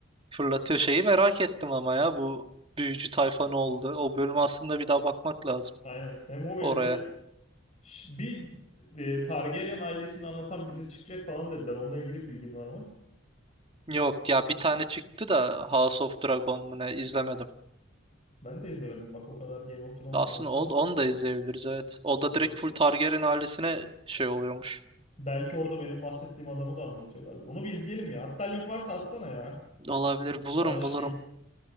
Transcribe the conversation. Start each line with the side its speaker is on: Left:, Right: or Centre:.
Right: Fırlatıyor şeyi merak ettim ama ya bu büyücü tayfa ne oldu? O bölüm aslında bir daha bakmak lazım
Left: Aynen. Hem o
Right: oraya.
Left: hem de ş- bir e, Targaryen ailesini anlatan bir dizi çıkacak falan dediler. Onunla ilgili bir bilgin var mı?
Right: Yok ya bir tane çıktı da House of Dragon mu ne izlemedim.
Left: Ben de izlemedim bak o kadar Game of Thrones
Right: Aslında
Left: fanıyız
Right: Old,
Left: ama
Right: onu da izleyebiliriz evet. O da
Left: onu
Right: direkt
Left: bir
Right: full Targaryen ailesine şey oluyormuş.
Left: belki orada benim bahsettiğim adamı da anlatıyorlardır. Onu bir izleyelim ya. Hatta link varsa atsana ya.
Right: Olabilir bulurum
Left: Başlayayım.
Right: bulurum.